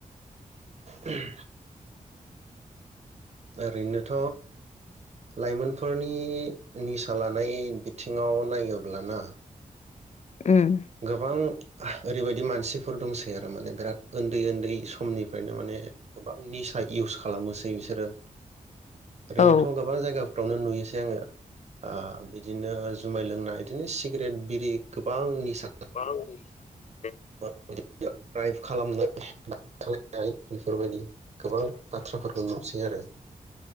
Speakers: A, on the right (about 50°); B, on the left (about 55°).
A: उम ओरैनोथ लाइमोनफोरनि निसा लानाय बिथिङाव नायोब्ला ना
B: उम
A: गोबां ओरैबायदि मानसिफोर दंसै आरो माने बिराद उन्दै उन्दै समनिफ्रायनो माने गोबां निसा इउस खालामोसै बिसोरो ओरैनोथ
B: औ
A: गोबां जायगा फ्रावनो नुयोसै आङो ओ बिदिनो जुमाय लोंना बिदिनो सिगारेट बिरि गोबां निसा
B: बुजियाखै
A: <unintelligible> द्राइभ खालाम <unintelligible> नाय बेफोरबादि गोबां बाथ्राफोरखौ नुसै आरो